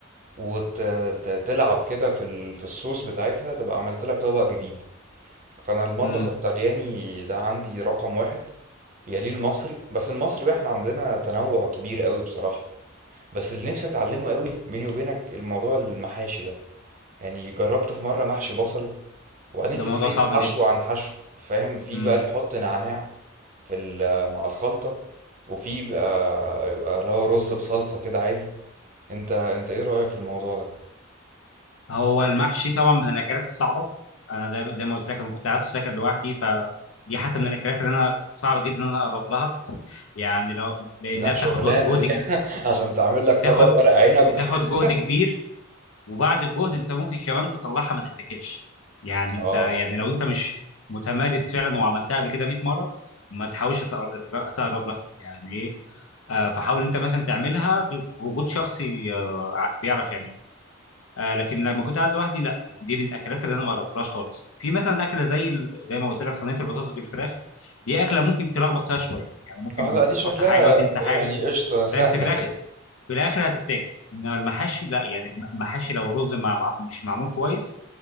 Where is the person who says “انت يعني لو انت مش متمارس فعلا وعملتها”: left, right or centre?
Left